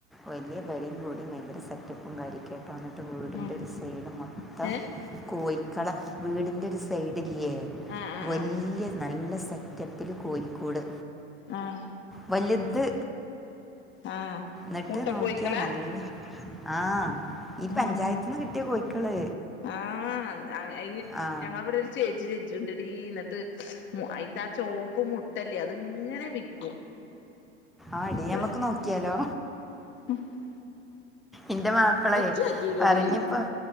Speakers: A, in the centre; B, on the left (about 35°).
A: വല്യ പെരേം കുടിം ഭയങ്കര സെറ്റപ്പും കാര്യും കേട്ട് വന്നിട്ട് വീടിൻ്റെ
B: ഉം
A: ഒരു സൈഡ് മൊത്തം
B: ഏ
A: കോഴിക്കളെ വീടിന്റെ ഒരു സൈഡില്ല്യേ
B: ആഹ് ആഹ്
A: വല്യ
B: ആഹ്
A: നല്ല സെറ്റപ്പില് കോഴിക്കൂട്
B: ആഹ്
A: വല്ത്
B: ആഹ്
A: ന്ന്ട്ട്
B: മുട്ട
A: നോക്കിയാ
B: കോയിക്കളാ
A: നല്ല ആഹ് ഈ
B: ആഹ്
A: പഞ്ചായത്ത്ന്ന് കിട്ടിയ കോഴിക്കള്
B: ആഹ് അ ഇ
A: ആ
B: ഞങ്ങളെ ഇവടൊരു ചേച്ചി ചെച്ച്ണ്ടെടീ ന ട്ട് മു അയിത്ത ആ ചോപ്പ് മുട്ടല്ലെ അത് ഇങ്ങന വിക്കും
A: ആഹ് ടി അമ്മക്ക്
B: ഏ
A: നോക്കിയാലോ
B: <inaudible>
A: ഇന്റ മാപ്പളെ
B: ഇച്ച് കജ്ജൂലെടീ
A: പറി ഞ്ഞിപ്പം